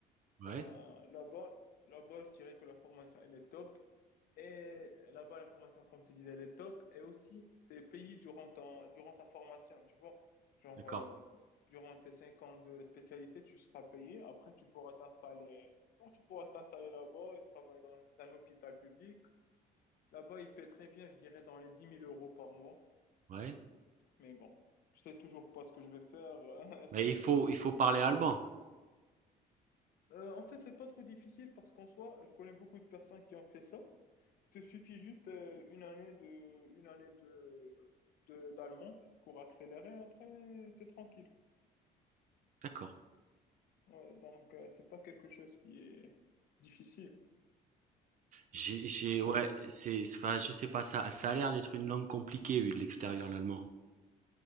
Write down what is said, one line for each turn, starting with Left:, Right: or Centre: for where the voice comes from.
Right: Ouais.
Left: Ben, là-bas, là-bas, je dirais que la formation, elle est top. Et là-bas, la formation, comme tu disais, elle est top. Et aussi, tes pays durant ton, durant ta formation, tu vois. Genre,
Right: D'accord.
Left: euh, durant tes cinq ans de spécialité, tu seras payé. Après, tu pourras t'installer, donc, tu pourras t'installer là-bas et travailler dans un hôpital public Là-bas, il paie très bien, je dirais, dans les dix mille euros par mois.
Right: Ouais,
Left: Mais bon, je sais toujours pas ce que je vais faire. <laughs> C'est
Right: mais il
Left: un
Right: faut
Left: peu confus,
Right: il faut
Left: comme
Right: parler
Left: je t'avais
Right: allemand.
Left: dit. Euh, en fait, c'est pas trop difficile parce qu'en soi, je connais beaucoup de personnes qui ont fait ça. Il te suffit juste euh, une année de, une année de, de- d'allemand, cours accéléré, après, t'es tranquille.
Right: D'accord.
Left: Ouais, donc, euh, c'est pas quelque chose qui est difficile.
Right: J'ai j'ai ouais,
Left: Donc,
Right: c'est enfin je sais pas ça ça a l'air d'être une langue compliquée vu de l'extérieur l'allemand.